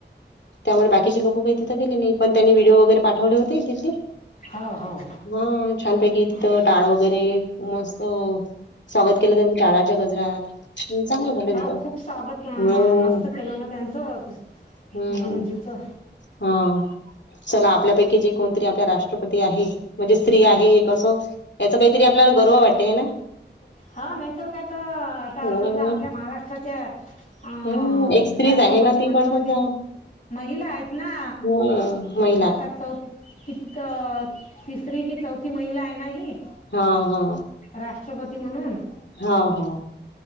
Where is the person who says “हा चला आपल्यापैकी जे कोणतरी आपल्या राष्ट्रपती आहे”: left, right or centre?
Left